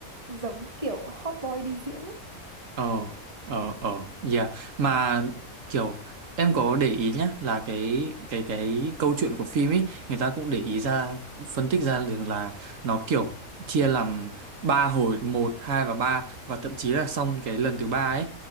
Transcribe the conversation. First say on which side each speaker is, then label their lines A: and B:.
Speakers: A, on the right; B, on the right.
A: giống kiểu hot boy đi diễn ấy.
B: Ờ, ờ, ờ, yeah. Mà kiểu em có để ý nhá là cái cái cái câu chuyện của phim ấy người ta cũng để ý ra phân tích ra được là nó kiểu chia làm ba hồi một hai và ba và thậm chí là xong cái lần thứ ba ấy